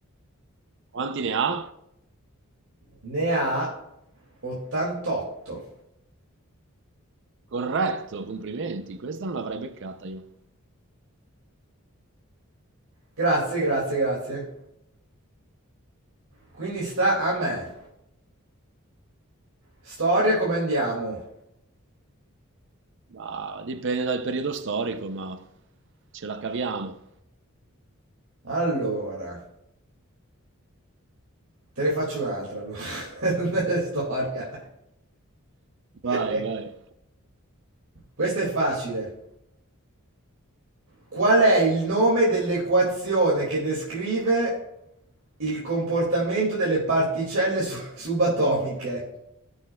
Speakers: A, on the right (about 55°); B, on the right (about 70°).
A: Quanti ne ha?
B: Ne ha 88.
A: Corretto, complimenti. Questa non l'avrei beccata io.
B: Grazie, grazie, grazie. Quindi sta a me. Storia come andiamo?
A: Ma dipende dal periodo storico, ma ce la caviamo.
B: Allora, te ne faccio un'altra allora. <laughs> Nelle storia. <laughs>
A: Vai, vai.
B: Questa è facile. Qual è il nome dell'equazione che descrive il comportamento delle particelle su- <laughs> subatomiche?